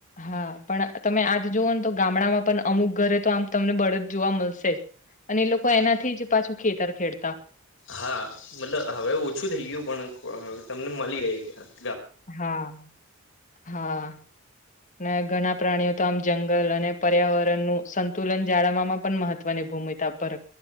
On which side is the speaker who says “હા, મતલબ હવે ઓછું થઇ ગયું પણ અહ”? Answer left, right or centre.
Left